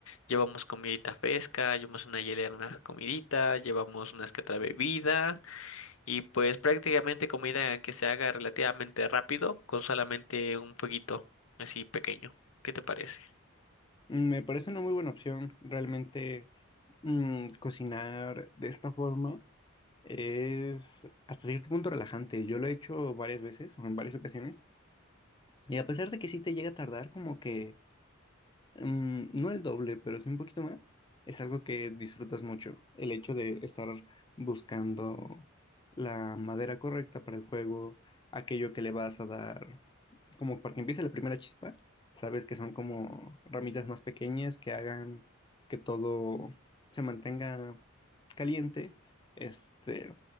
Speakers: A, on the left; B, on the left.
A: llevamos comidita fresca, llevamos una hielera, una comidita, llevamos una que otra bebida y pues prácticamente comida que se haga relativamente rápido con solamente un fueguito así pequeño. ¿Qué te parece?
B: Me parece una muy buena opción. Realmente mm, cocinar de esta forma es hasta cierto punto relajante. Yo lo he hecho varias veces o en varias ocasiones y a pesar de que sí te llega a tardar como que mm, no el doble, pero sí un poquito más, es algo que disfrutas mucho. El hecho de estar buscando la madera correcta para el fuego, aquello que le vas a dar como para que empiece la primera chispa, sabes que son como ramitas más pequeñas que hagan que todo se mantenga caliente, este,